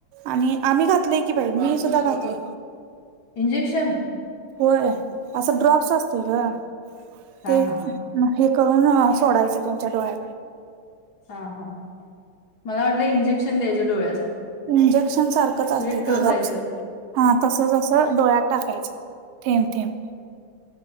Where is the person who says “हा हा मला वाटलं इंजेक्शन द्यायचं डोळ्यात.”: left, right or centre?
Left